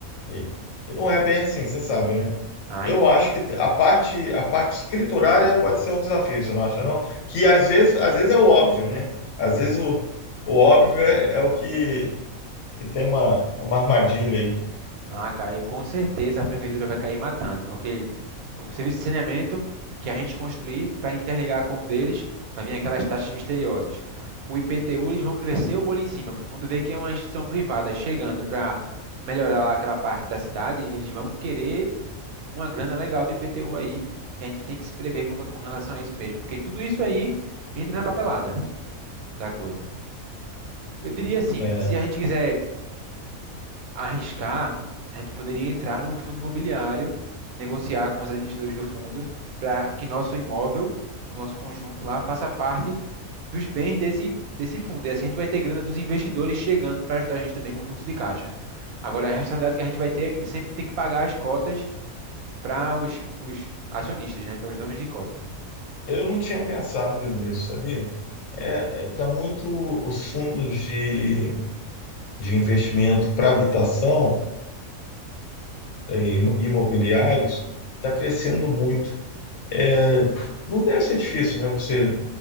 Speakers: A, on the left; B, on the right.
A: E não é bem assim, você sabe, né?
B: Aí
A: Eu
B: com-
A: acho que a parte, a parte escriturária pode ser um desafio, você não acha, não? Que às vezes, às vezes é o óbvio, né? Às vezes o, o óbvio é, é o que, que tem uma, uma armadilha aí.
B: Ah, cara, e com certeza a prefeitura vai cair matando, porque o serviço de saneamento que a gente construir para interligar com o deles vai vir aquelas taxas misteriosas. O IPTU eles vão crescer o olho em cima, porque quando vê que é uma instituição privada chegando para melhorar lá aquela parte da cidade, eles vão querer uma grana legal do IPTU aí, e a gente tem que se prever quanto- com relação a isso mesmo, porque tudo isso aí entra na papelada da coisa. Eu diria assim,
A: É.
B: se a gente quiser arriscar, a gente poderia entrar num fundo imobiliário, negociar com os administradores do fundo para que nosso imóvel, o nosso conjunto lá, faça parte dos bens desse, desse fundo. E assim a gente vai ter grana dos investidores chegando para ajudar a gente também com o fluxo de caixa. Agora, a responsabilidade que a gente vai ter é que sempre ter que pagar as cotas para os, os acionistas, né, para os donos de cota.
A: Eu não tinha pensado nisso, sabia? É, é, tá muito os fundos de, de investimento para habitação e imobiliários está crescendo muito. É, Não deve ser difícil, né? Você